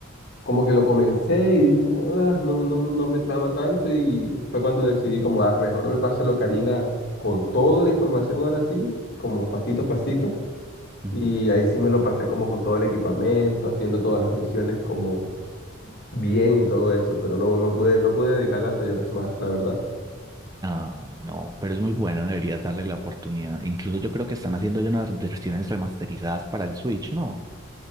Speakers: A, on the left; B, on the right.
A: como que lo comencé y dije como, ah, no, no, no me trama tanto y fue cuando decidí como, ah, mejor no me paso lo Karina con toda la información ahora sí, como pasito a pasito.
B: Ujú.
A: Y ahí sí me lo pasé como con todo el equipamiento, haciendo todas las misiones como bien y todo eso, pero no, no pude, no pude dedicarla al Majora's Mask, la verdad.
B: Ah, no, pero es muy bueno. Deberías darle la oportunidad. Incluso yo creo que están haciendo ya unas versiones remasterizadas para el Switch, ¿no?